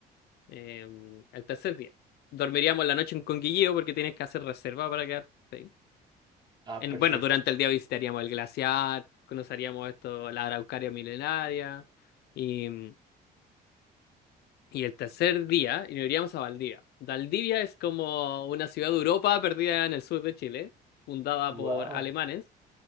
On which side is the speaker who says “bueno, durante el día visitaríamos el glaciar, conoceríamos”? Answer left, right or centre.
Left